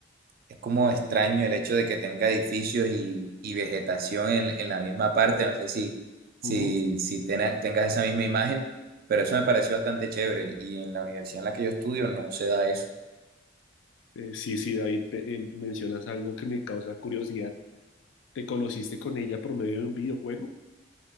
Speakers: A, on the right; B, on the left.
A: es como extraño el hecho de que tenga edificios y, y vegetación en, en la misma parte. No sé si, si,
B: Ujú.
A: si tena- tengas esa misma imagen, pero eso me pareció bastante chévere. Y en la universidad en la que yo estudio no se da eso.
B: Eh, sí, sí, David, pe- eh, mencionas algo que me causa curiosidad. ¿Te conociste con ella por medio de un videojuego?